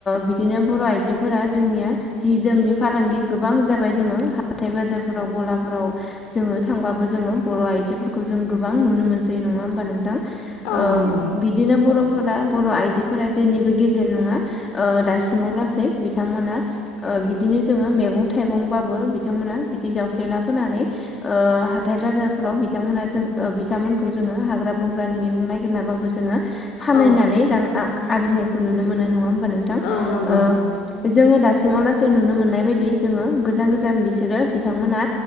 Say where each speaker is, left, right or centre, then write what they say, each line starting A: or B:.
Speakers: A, on the left (about 20°); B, on the left (about 70°).
A: बिदिनो बर' आजो फोरा जोंनिया जि जोमनि फालांगि गोबां जाबाय जोंङो हाथाय बाजारफोराव गलाफोराव जोंङो थांबाबो जोंङो बर' आइजोफोरखौ जों गोबां नुनो मोनसै नंङा होमबा नोंथां?
B: औ
A: ओ
B: नंगौ
A: बिदिनो बर' फोरा बर' आइजोफोरा जेनिबो गेजेर नंङा ओ दासिमाव लासै बिथांमोना ओ ओबिदिनो जोंङो मैगं थाइगंबाबो बिथांमोना बिदि जावफ्लेना फोनानै ओ थाइ बाजारफोराव बिथांमोना जों ओ बिथांमोनखौ जोंङो हाग्रा बंग्रानि मैगं नागिरनाबाबो जोंङो फाननानै
B: औ
A: रां आरजिनायखौ नुनो मोनो नंङा ओमबा नोंथां
B: औ नंगौ
A: ओ जों दा दासिमाव लासै नुनो मोननाय बायदि जोंङो गोजान गोजान बिसोरो बिथांमोना